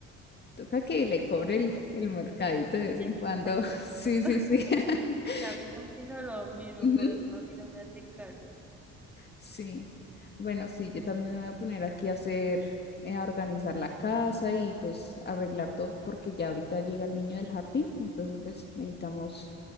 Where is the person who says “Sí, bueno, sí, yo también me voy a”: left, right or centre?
Left